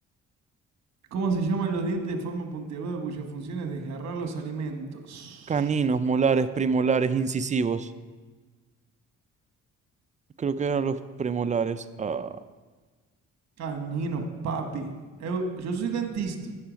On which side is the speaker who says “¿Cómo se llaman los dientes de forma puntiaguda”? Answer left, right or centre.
Right